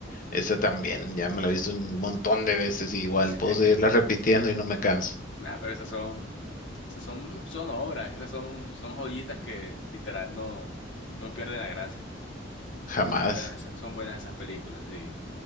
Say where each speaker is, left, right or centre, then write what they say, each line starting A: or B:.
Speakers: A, on the left (about 45°); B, on the left (about 70°).
A: esa también, ya me la he visto un montón de veces y igual
B: <laughs>
A: puedo seguirla repitiendo y no me canso.
B: Nada, pero esas son, esas son, son obras, esas son, son joyitas que literal no, no pierden la gracia.
A: Jamás.
B: Son buenas, esa- son buenas esas películas, sí.